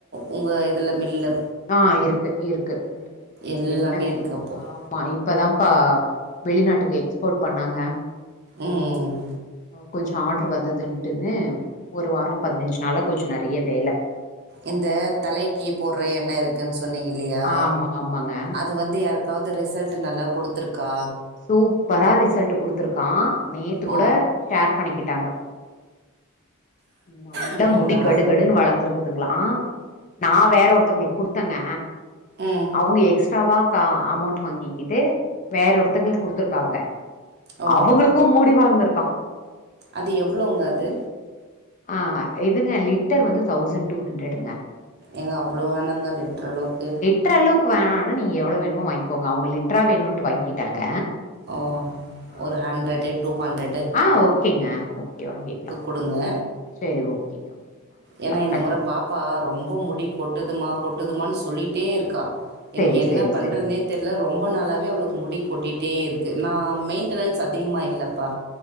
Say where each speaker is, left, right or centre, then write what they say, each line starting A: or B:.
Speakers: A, on the right; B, on the left.
A: உங்க இதுல மில்லுல
B: ஆ இருக்கு இருக்கு இருக்கு உங்களுக்கு
A: எல்லாமே
B: என்ன வேணுமோ
A: இருக்குது அப்போது
B: ஆ மா இப்பதாம்ப்பா வெளிநாட்டுக்கு எக்ஸ்போர்ட் பண்ணாங்க
A: ம் ம்
B: கொஞ்சோ ஆர்ட்ரு வந்ததுன்ட்டுன்னு ஒரு வாரோ பதினஞ்ச்சி நாளா கொஞ்சோ நெறைய வேல
A: இந்த தலைக்கி போடுற எண்ணெ இருக்குன்னு சொன்னீங்க இல்லையா
B: ஆமா ஆமாங்க
A: அ து வந்து யாருக்காவது ரிசல்ட் நல்லா குடுத்துருக்கா
B: சூப்பரா ரிசல்ட் குடுத்துருக்கா நேத்து
A: ஓ
B: கூட ஷேர் பண்ணிக்கிட்டாங்க நல்லா
A: அப்படிங்களா
B: முடி கடுகடுன்னு வளந்துருக்கு துங்களா நா வேற ஒருத்தவங்களுக்கு குடுத்தேங்க
A: ம்
B: அவுங்க எக்ஸ்ட்ராவா கா அமௌண்ட் வாங்கிக்கிட்டு வேற ஒருத்தங்களுக்கு குடுத்துருக்காங்க
A: ஓ
B: அவுங்களுக்கு முடி வளந்துருக்கா
A: அது எவ்வளவுங்க அது
B: ஆ இதுங்க லிட்டர் வந்து தௌசண்ட் டூ ஹண்ட்ரேடுங்க
A: ஏங்க அவ்வளவு வேணாங்க லிட்டர் அளவுக்கு
B: ட்டர் அளவுக்கு வேணானா நீங்க எவ்வளவு வேணுமோ வாங்கிகோங்க அவுங்க லிட்டரா வேணும்ன்ட்டு வாங்கிட்டாங்க
A: ஓ
B: ஆ
A: ஒரு ஹண்ட்ரடு டூ ஹண்ட்ரடு
B: ஆ ஓகேங்க ஓகே வாங்கிக்கலா
A: குடுங்க
B: சேரி ஓகே வாங்கிக்கலா
A: ஏன்னா இநத
B: கண்டிப்பா
A: முற பாப்பா ரொம்ப முடி கொட்டுதுமா கொட்டுதுமான்னு சொல்லிட்டேருக்கா எனிக்
B: சரி
A: என்ன
B: சரி
A: பண்றதுனே
B: சரி
A: தெர்ல ரொம்ப நாளாவே அவளுக்கு முடி கொட்டிட்டேருக்கு நா மெயின்டெனன்ஸ் அதிகமா இல்லப்பா